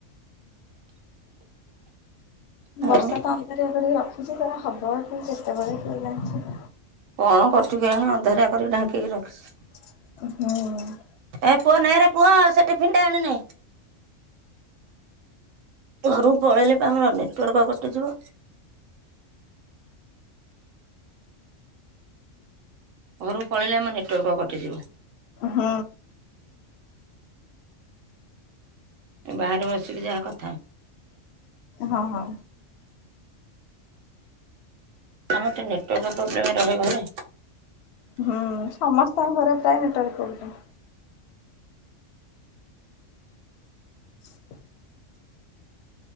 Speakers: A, on the right; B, on the left.
A: ଆଉ
B: ବର୍ଷା ତ ଅନ୍ଧାରିଆ କରିକି ରଖିଚି। ତାର ହବ କି କେତେବେଳେ, କେ ଜାଣିଚି।
A: କଣ କରୁଚି କେଜାଣି, ଅନ୍ଧାରିଆ କରିକି ଢାଙ୍କିକି ରଖିଚି।
B: ହୁଁ।
A: ଏ ପୁଅ ନେ ରେ ପୁଅ ସେ ଟିଫିନ୍‌ଟେ ଆଣି ନେ। ଘରୁକୁ ପଳେଇଲେ ପା ଆମର ନେଟୱାର୍କ କଟିଯିବ। ଘରକୁ ପଳେଇଲେ ଆମ ନେଟୱାର୍କ କଟିଯିବ।
B: ହୁଁ।
A: ବାହାରେ ବସିକି ଯାହା କଥା।
B: ହଁ, ହଁ।
A: ଆମର ଟିକେ ନେଟୱାର୍କ ପ୍ରୋବ୍ଲେମ ରହେ ଘରେ।
B: ହୁଁ। ସମସ୍ତଙ୍କ ଘରେ ପ୍ରାୟ ନେଟୱାର୍କ ପ୍ରୋବ୍ଲେମ। <inaudible>